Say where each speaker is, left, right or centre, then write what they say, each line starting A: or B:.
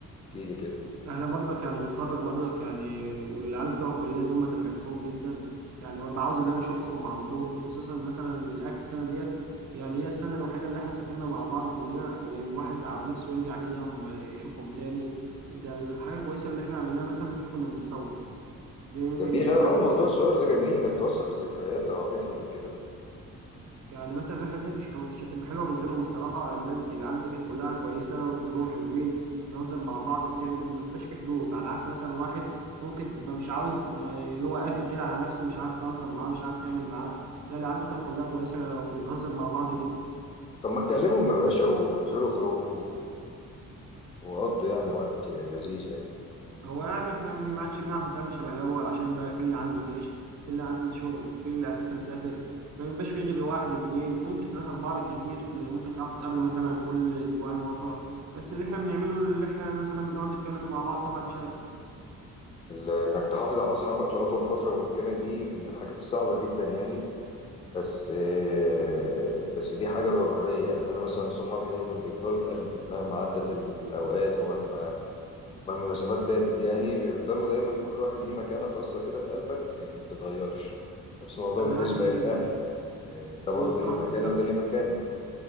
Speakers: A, on the left; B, on the right.
A: احكي لي كده
B: انا برضك يعني متخرج برضك يعني والعيال بتوع الكليه دول انا بحبهم جدا يعني ببقى عاوز ان انا اشوفهم على طول خصوصا مثلا اخر سنه ديت يعني هي السنه الوحيده اللي احنا سافرنا مع بعض كلنا والواحد عا- نفسه يرجع كده م- يشوفهم تاني ده الحاجه كويسه اللي احنا عملناها مثلا ان احنا كنا بنتصور دي يمكن
A: جميل
B: دي الحاجه
A: اه آه، موضوع الصور ده جميل انك توثق الذكريات هو في احلى من كده
B: يعني مثلا الرحله ديت مش كانت كانت هتبقى حلوه من غيرهم الصراحه الناس العيال دي كانت كلها كويسه وكلهم حلوين بنهزر مع بعض بتعمل ما بيبقاش في حدود على عكس مثلا واحد ممكن تبقى مش عاوز م- اللي هو قافل كده على نفسه مش عارف تهزر معاه مش عارف تعمل معاه لا العيال دي كانت كلها كويسه وبنهزر مع بعض جدا
A: طب ما تكلمهم يا باشا وانزلوا اخرجوا وقضوا يعني وقت لذيذ يعني
B: هو يعني احنا ما عادش بنعرف نتعامل شبه الاول عشان بقى في اللي عنده جيش في اللي عنده شغل في اللي اساسا سافر فمبقاش في غير واحد اتنين ممكن تلاتة أربعة بالكتير اللي ممكن تعرفوا تقابلوا مثلا كل أسبوعين مرة بس اللي احنا بنعمله اللي احنا مثلا بنقعد نتكلم مع بعض طبعا شات
A: ال- انك تحافظ على اصحابك لاطول فتره ممكنه دي من الحاجات الصعبه جدا يعني بس آه، بس دي حاجه ضروريه يعني انا مثلا صحابي دايما بيفضلوا في قلبي مهما عدت الاوقات ومهما مهما المسافات بعدت يعني بيفضلوا دايما كل واحد ليه مكانه خاصه كده في قلبك آه، ما بتتغيرش نفس الموضوع
B: أنا
A: بالنسبه
B: يعني
A: للاهل يعني آه، ده برضو
B: أنا بصراحة
A: ليه مكانه
B: <laughs>
A: وده ليه مكانه